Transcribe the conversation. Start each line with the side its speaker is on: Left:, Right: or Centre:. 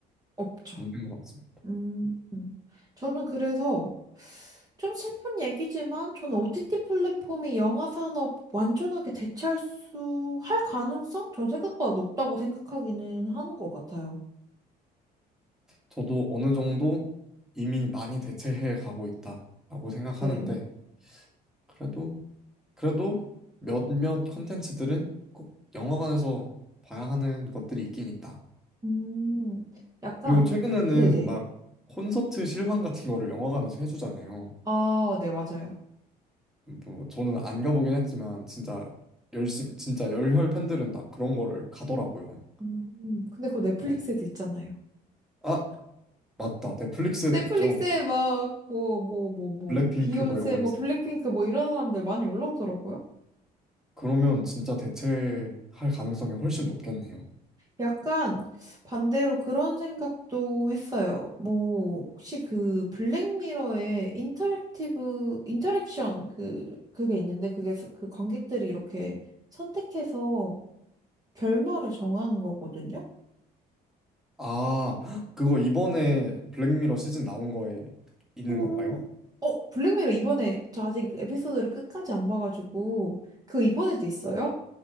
Right: 없죠.
Centre: 없는 것 같습니다.
Right: 음, 음. 저는 그래서 좀 슬픈 얘기지만 저는 OTT 플랫폼이 영화 산업 완전하게 대체할 수, 할 가능성? 전 생각보다 높다고 생각하기는 하는 것 같아요.
Centre: 저도 어느 정도 이미 많이 대체해 가고 있다라고 생각하는데
Right: 네.
Centre: 그래도 그래도 몇몇 컨텐츠들은 꼭 영화관에서 봐야 하는 것들이 있긴 있다.
Right: 음, 약간,
Centre: 그리고 최근에는
Right: 네네.
Centre: 막 콘서트 실황 같은 거를 영화관에서 해주잖아요.
Right: 아, 네, 맞아요.
Centre: 뭐 저는 안 가보긴 했지만 진짜 열심 진짜 열혈 팬들은 다 그런 거를 가더라고요.
Right: 음, 음. 근데 그거 넷플릭스에도
Centre: 뭐,
Right: 있잖아요.
Centre: 아 맞다 넷플릭스에도
Right: 넷플릭스에
Centre: 있죠.
Right: 막, 뭐, 뭐, 뭐, 뭐,
Centre: 블랙핑크
Right: 비욘세,
Centre: 뭐 이런 거
Right: 뭐,
Centre: 있어요.
Right: 블랙핑크, 뭐, 이런 사람들 많이 올라오더라고요.
Centre: 그러면 진짜 대체할 가능성이 훨씬 높겠네요.
Right: 약간 반대로 그런 생각도 했어요. 뭐, 혹시 그 블랙미러의 인터랙티브, 인터랙션 그, 그게 있는데 그게 서- 그 관객들이 이렇게 선택해서 결말을 정하는 거거든요?
Centre: 아, 헉, 그거 이번에 블랙미러 시즌 나온 거에 있는
Right: 음,
Centre: 건가요?
Right: 어, 블랙미러 이번에 저 아직 에피소드를 끝까지 안 봐가지고 그거 이번에도 있어요?